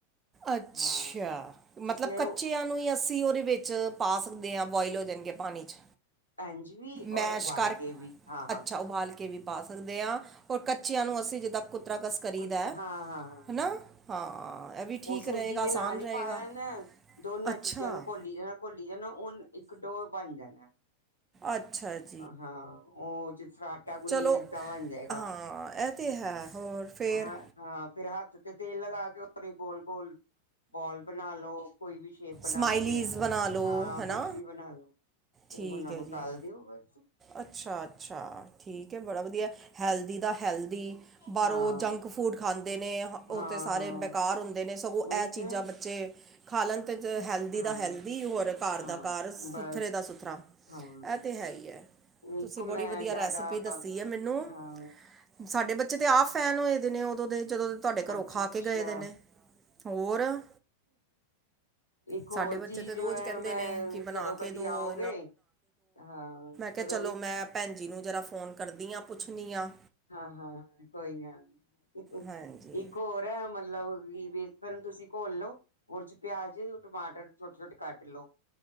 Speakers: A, on the right (about 20°); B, on the left (about 80°).
A: ਅੱਛਾ
B: ਹਾਂ ਜਿਸ
A: ਮਤਲਬ
B: ਲਈ
A: ਕੱਚਿਆਂ
B: ਉਹ
A: ਨੂੰ ਹੀ ਅੱਸੀ ਉਹਦੇ ਵਿੱਚ ਵਿੱਚ ਪਾ ਸਕਦੇ ਹਾਂ ਬੋਆਇਲ ਹੋ ਜਾਣਗੇ ਪਾਣੀ ਚ।
B: ਇੰਝ ਵੀ
A: ਮੈਸ਼
B: ਔਰ ਉਬਾਲ
A: ਕਰ,
B: ਕੇ ਵੀ ਹਾਂ ਹਾਂ
A: ਅੱਛਾ ਉਬਾਲ
B: ਹਾਂ
A: ਕੇ ਵੀ ਪਾ ਸਕਦੇ ਹਾਂ ਔਰ ਕੱਚਿਆਂ ਨੂੰ ਅਸੀਂ ਜਿੱਦਾ ਕੁੱਤਰਾ ਕਸ ਕਰੀ
B: ਕੁਛ
A: ਦੇ,
B: ਹਾਂ ਹਾਂ ਹਾਂ
A: ਹਨਾ ਹਾਂ ਇਹ ਵੀ ਠੀਕ
B: ਉਹ ਸੂਜੀ
A: ਰਹੇਗਾ,
B: ਦੇ
A: ਆਸਾਨ
B: ਨਾਲ
A: ਰਹੇਗਾ।
B: ਹੀ ਪਾ ਲੈਣ ਦੋਨਾਂ
A: ਅੱਛਾ
B: ਚੀਜ਼ਾਂ ਨੂੰ ਘੋਲੀ ਜਾਣਾ, ਘੋਲੀ ਜਾਣਾ ਉਹ ਇੱਕ ਡੋ ਬਣ ਜਾਣਾ।
A: ਅੱਛਾ-ਅੱਛਾ।
B: ਹਾਂ ਉਹ ਜਿਸ ਤਰ੍ਹਾਂ- ਟਾ ਗੁੁੰਨੀ
A: ਚਲੋ
B: <inaudible> ਫੇਰ ਟਾ ਬਨ ਜੇਗਾ,
A: ਹਾਂ ਇਹ ਤੇ
B: ਹਮ
A: ਹੈ ਹੋਰ ਫੇਰ
B: ਓਹਾਂ- ਹਾਂ ਫੇਰ ਹੱਥ ਤੇ ਤੇਲ ਲਗਾ ਕੇ ਉਹ ਗੋਲ-ਗੋਲ ਬੋਲ ਬਣਾ ਲੋ। ਕੋਈ ਵੀ ਸ਼ੇਪ ਬਣਾ
A: ਸਮਾਈਲੀਜ਼
B: ਕੇ,
A: ਬਣਾ ਲਓ
B: ਹਾਂ
A: ਹਨਾ
B: ਕੁਛ ਵੀ ਬਣਾ ਲੋ, ਤੇ
A: ਠੀਕ
B: ਉਹਨਾਂ
A: ਹੈ
B: ਨੂੰ
A: ਜੀ
B: ਤਲ ਪੀਓਵੈਕਸ। <inaudible>
A: ਅੱਛਾ ਅੱਛਾ ਠੀਕ ਹੈ। ਬੜਾ ਵਧੀਆ ਹੈਲਦੀ ਦਾ ਹੈਲਦੀ। ਬਾਹਰੋਂ
B: ਹਾਂ
A: ਜੰਕ ਫੂਡ ਖਾਂਦੇ ਨੇ ਉਹ
B: ਹਾਂ
A: ਤੇ ਸਾਰੇ ਬੇਕਾਰ ਹੁੰਦੇ ਨੇ ਸਗੋਂ।
B: ਉਹੀ
A: ਇਹ ਚੀਜ਼ਾਂ
B: ਤੇ
A: ਬੱਚੇ। ਖਾਲਣ ਵਿੱਚ ਹੈਲਦੀ
B: ਹਾਂ
A: ਦਾ ਹੈਲਦੀ ਹੋਰ ਘਰ
B: ਹਾਂ
A: ਦਾ ਘਰ ਸੁਥਰੇ
B: ਬਸ
A: ਦਾ ਸੁਥਰਾ।
B: ਹਾਂ
A: ਇਹ ਤੇ ਹੈ ਹੀ ਹੈ
B: ਇੱਕ
A: ਤੁਸੀਂ ਬੜੀ
B: ਮੈਂ
A: ਵਧੀਆ
B: ਜ਼ਿਆਦਾ
A: ਰੈਸਪੀ ਦੱਸੀ ਹੈ ਮੈਨੂੰ।
B: ਹਾਂ
A: ਸਾਡੇ ਬੱਚੇ ਤੇ ਆਪ ਫੈਨ ਹੋਏ ਦੇ ਨੇ ਉਦੋਂ ਦੇ ਜਦੋਂ। ਤੁਹਾਡੇ ਘਰੋਂ
B: ਅੱਛਾ
A: ਖਾ ਕੇ ਗਏ ਦੇ
B: ਅੱਛਾ।
A: ਨੇ ਹੋਰ
B: ਇੱਕ
A: ਸਾਡੇ
B: ਹੋਰ
A: ਬੱਚੇ
B: ਚੀਜ਼
A: ਤਾਂ ਰੋਜ਼
B: ਹੈ।
A: ਕਹਿੰਦੇ
B: ਮੈਂ
A: ਨੇ ਕਿ ਬਣਾ
B: ਜਦੋਂ ਕਦੀ
A: ਕੇ ਦਿਓ
B: ਆਉਗੇ ਹਾਂ।
A: ਕਿ
B: ਜਦੋਂ
A: ਚਲੋ
B: ਵੀ
A: ਮੈਂ ਭੈਣ ਜੀ ਨੂੰ ਜਰਾ ਫੋਨ ਕਰਦੀ ਆ ਪੁੱਛਦੀ ਆ।
B: ਹਾਂ ਹਾਂ ਹਾਂ ਕੋਈ ਗੱਲ ਨਹੀਂ
A: ਹਾਂਜੀ
B: ਇੱਕ ਹੋਰ। ਪਹਿਲਾਂ ਮਤਲਬ ਵੇਸਨ ਤੁਸੀਂ ਘੋਲ ਲੋ। ਉਹ 'ਚ ਪਿਆਜ਼ ਟਮਾਟਰ ਛੋਟੇ ਛੋਟੇ ਕੱਟ ਲੋੋ।